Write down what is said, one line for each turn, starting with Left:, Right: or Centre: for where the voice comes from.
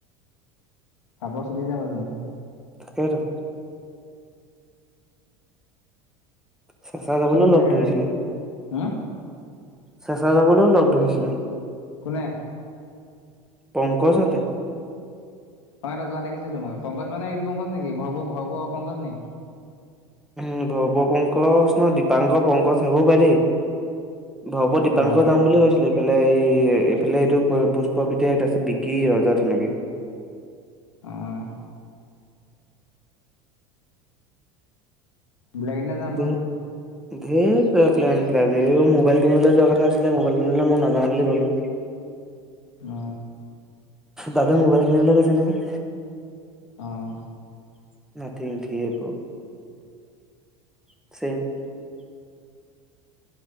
Left: ফাপৰ চুটি যাবচোন।
Centre: টাকেটো। চে চা যাবলৈও
Left: হ তাকে
Centre: লগ ধৰিছিলে।
Left: হম,
Centre: চেচা যাবলৈও লগ ধৰিছিলে।
Left: কোনে?
Centre: পংকজ হতে
Left: মই এটা যোৱা দেখিছো তো মই পংকজ মানে এইটো পংকজ নেকি <unintelligible> পংকজ নি
Centre: উ ভৱ পংকজ নহ দিপাংক পংকজ হব পাৰে দেই ভৱ দীপাংকৰ
Left: অ',
Centre: যাম বুলি কৈছিলে এইফালে ফে এই এইফালে এইটো পুষ্প পিতেক তাৰপিছত বিকি ৰজা তেনেকে
Left: আহ বেলেগ এদিনা যাম
Centre: ধেৰ
Left: ৰ
Centre: ধেৰ প্লেন এৰো মোবাইল কিনিব যোৱা কথা আছিলে মোবাইল কিনিবলৈ মই নাযাওঁ বুলি ক'লো
Left: অ
Centre: দাদা মোবাইল কিনিবলৈ গৈছে নহয়
Left: অঁ
Centre: <unintelligible>